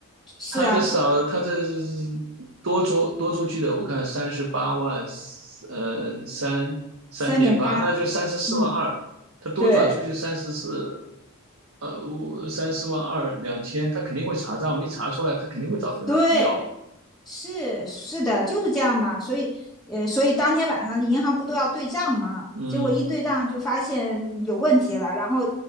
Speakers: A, in the centre; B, on the right.
A: 是啊，
B: 他这少他这多出多出去的，我看三十八万，呃，三三点八，
A: 三点八，
B: 那就三十四万二。
A: 嗯，
B: 他多转出去三十四，
A: 对。
B: 呃，三四万二两千，他肯定会查账，我一查出来，他肯定会找这个男的要。
A: 对，是是的，就是这样嘛。所以，呃，所以当天晚上银行不都要对账嘛？
B: 嗯
A: 结果一对账就发现有问题了，然后